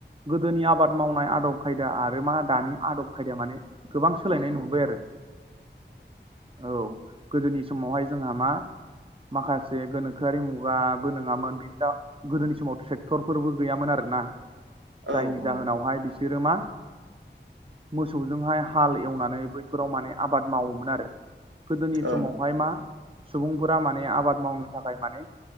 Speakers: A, on the right (about 30°); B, on the right (about 80°).
A: गोदोनि आबाद मावनाय आदब खायदा आरो मा दानि आदब खायदाया माने गोबां सोलायनाय नुबाय आरो औ गोदोनि समावहाय जोंहा मा माखासे गोनो गारि मुगाबो नङामोन बेनि दा गोदोनि समावथ' डक्टरफोरबो गैयामोन आरोना
B: औ
A: जायनि जाहोनावहाय
B: ओं
A: बिसोरो मा मोसौजोंहाय हाल एवनानै बैफोराव माने आबाद मावोमोन आरो गोदोनि
B: औ
A: समावहाय मा सुबुंफोरा माने आबाद मावनो थाखाय माने